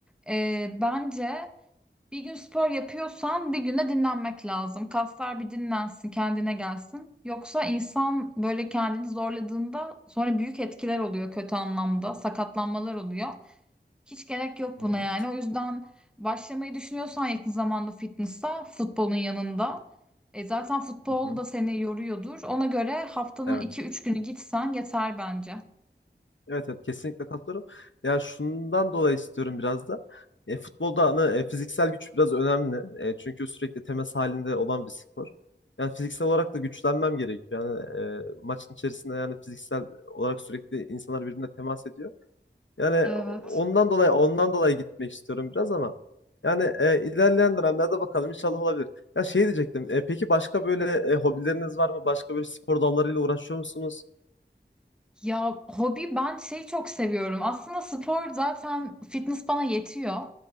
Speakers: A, in the centre; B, on the left (about 85°).
A: e, bence bir gün spor yapıyorsan bir gün de dinlenmek lazım. Kaslar bir dinlensin, kendine gelsin. Yoksa insan böyle kendini zorladığında sonra büyük etkiler oluyor kötü anlamda, sakatlanmalar oluyor. Hiç gerek yok
B: Hı
A: buna
B: hı,
A: yani. O yüzden başlamayı düşünüyorsan yakın zamanda fitness'a futbolun yanında. E zaten futbol
B: hı hı.
A: da seni yoruyordur. Ona göre haftanın
B: Evet.
A: iki üç günü gitsen yeter bence.
B: Evet evet kesinlikle katılıyorum. Ya şundan dolayı istiyorum biraz da. E, futbolda hani, e, fiziksel güç biraz önemli. E, çünkü sürekli temas halinde olan bir spor. Yani fiziksel olarak da güçlenmem gerekiyor. Yani e, maçın içerisinde yani fiziksel olarak sürekli insanlar birbirine temas ediyor. Yani
A: Evet.
B: ondan dolayı ondan dolayı gitmek istiyorum biraz ama yani e, ilerleyen dönemlerde bakalım inşallah olabilir. Ya şey diyecektim. e, peki başka böyle e, hobileriniz var mı? Başka böyle spor dallarıyla uğraşıyor musunuz?
A: Ya hobi ben şeyi çok seviyorum. Aslında spor zaten fitness bana yetiyor.